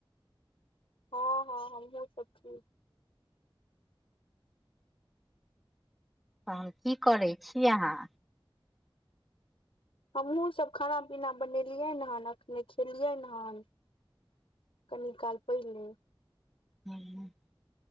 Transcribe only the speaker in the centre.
तऽ हम कि करै छी अहाँ
हूँ।